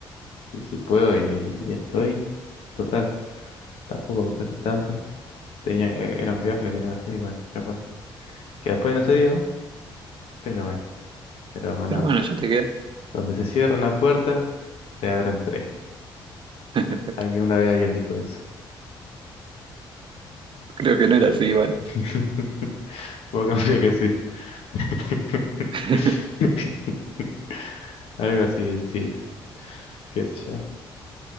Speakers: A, on the left (about 70°); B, on the right (about 50°).
A: y si puedo y, y estoy, total, tampoco me cuesta tanto. Tenía, e, era un viaje que tenía que hacer y bueno, ya fue. Que después no se dio, pero bueno, pero nada.
B: pero bueno, ya te queda.
A: Donde se cierra una puerta, se abren tres.
B: <laughs>
A: Alguien una vez alguien dijo eso.
B: Creo que no era así igual.
A: <laughs> Vos confía que sí. <laughs>
B: <laughs>
A: Algo así, sí, qué sé yo.